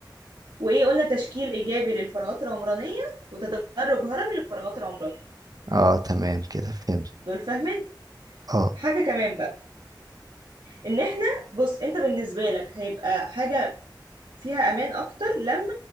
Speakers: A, on the right; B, on the right.
A: وإيه قلنا تشكيل إيجابي للفراغات العمرانية وتدرج هرمي للفراغات العمرانية
B: اه تمام كده فهمت
A: دول فاهمين
B: اه
A: حاجة كمان بقى ان احنا بص انت بالنسبه لك هيبقى حاجه فيها امان اكتر لما